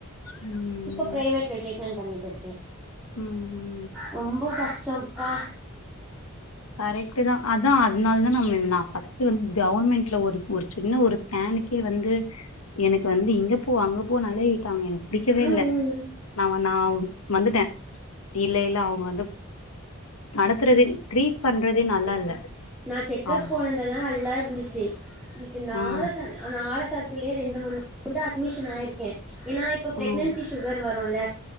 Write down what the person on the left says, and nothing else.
ம்
ம்ம்
கரெக்ட் தா அதா அதுனால தா நம்ம நா ஃபர்ஸ்ட் வந்து கவர்மெண்ட்ல ஒரு ஒரு சின்ன ஒரு ஸ்கேனுக்கே வந்து எனக்கு வந்து இ இங்க போ அங்க போனு அலைய விட்டாங்க எனக்கு பிடிக்கவே
இல்ல
நா வ நா வந்துட்டே இல்ல இல்ல அவுங்க வந்து நடத்துறதே ட்ரீட் பண்றதே
நல்லா
இல்ல
அவங்க
ம்
ம்